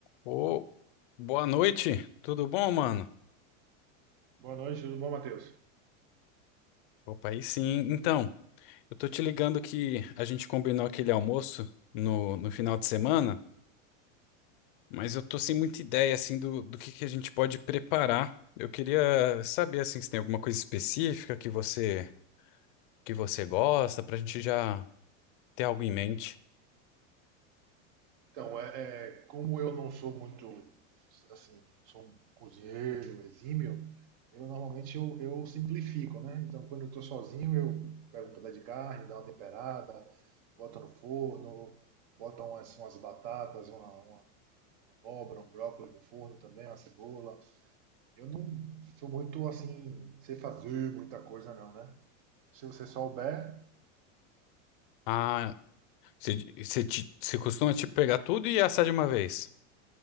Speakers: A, on the left (about 40°); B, on the right (about 45°).
A: Ô, boa noite, tudo bom, mano?
B: Boa noite, tudo bom, Matheus?
A: Opa, aí sim. Então, eu tô te ligando que a gente combinou aquele almoço no, no final de semana, mas eu tô sem muita ideia, assim, do, do que que a gente pode preparar. Eu queria saber, assim, se tem alguma coisa específica que você, que você gosta, pra gente já ter algo em mente.
B: Então, é, é, como eu não sou muito, assim, sou um cozinheiro um exímio, eu normalmente eu, eu simplifico, né? Então, quando eu estou sozinho, eu pego um pedaço de carne, dou uma temperada, boto no forno, boto umas, umas batatas, uma, uma abóbora, um brócolis no forno também, uma cebola. Eu não sou muito, assim, sei fazer muita coisa não, né? Se você souber,
A: Ah, você você te- você costuma, tipo, pegar tudo e assar de uma vez?